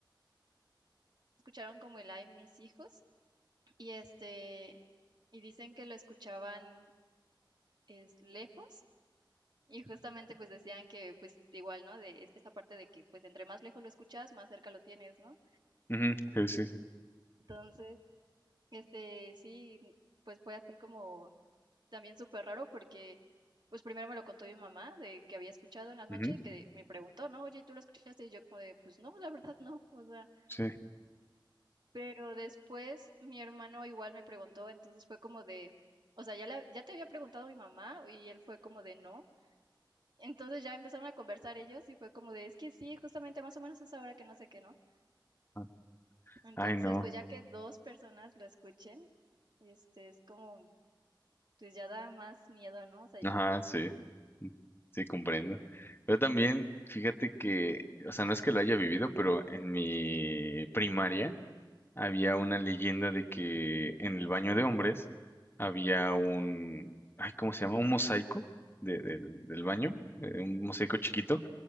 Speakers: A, on the right; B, on the left.
A: escucharon como el ay mis hijos, y este, y dicen que lo escuchaban es, lejos. Y justamente pues decían que pues igual, ¿no? De es- esta parte de que pues entre más lejos lo escuchas, más cerca lo tienes, ¿no?
B: Ujú, Sí, sí, sí.
A: Entonces, este, sí, pues fue así como también súper raro porque, pues primero me lo contó mi mamá de que había escuchado en la noche
B: Ujú,
A: y que me preguntó, ¿no? Oye, ¿y ¿tú lo escuchaste? Y yo como de, pues no, la verdad no, o sea,
B: Sí.
A: pero después mi hermano igual me preguntó, entonces fue como de, o sea, ya, la- ya te había preguntado mi mamá y él fue como de no. Entonces ya empezaron a conversar ellos y fue como de, es que sí, justamente más o menos es ahora que no sé qué, ¿no?
B: Ah,
A: Entonces,
B: Ay, no.
A: pues ya que dos personas lo escuchen, este es como Pues ya da más miedo, ¿no? O sea,
B: Ajá, sí. Mm, Sí, comprendo. Yo también, fíjate que, o sea, no es que lo haya vivido, pero en mi primaria, había una leyenda de que en el baño de hombres había un, ay, ¿cómo se llama? Un mosaico de- del, del baño, eh, un mosaico chiquito,